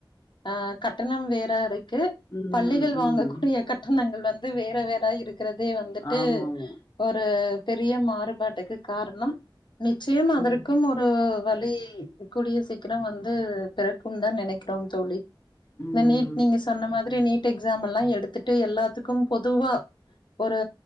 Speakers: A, on the left; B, on the left.
A: ஆ கட்டணம் வேறாரு க்கு
B: ம்
A: பள்ளிகள்
B: ம்
A: வாங்ககூடிய கட்டணங்கள் வந் இது வேற வேற இருக் க்கறதே வந்துட்டு
B: ஆமாங்க
A: ஒரு பெரிய மாறுபாட்டுக்கு காரணம் நிச்சயம் அதற்
B: ம்
A: ஒரு வலி கூடிய சீக்கிரம் வந்து பெறக்கும்னு தா நெனைக்கிறோ தோழி
B: ம்
A: இந்த நீட் நீங்க சொன்ன மாத் திரு நீட் எக்ஸாமல்லா எடுத்துட்டு எல்லாதுக்கும் பொதுவா ஒரு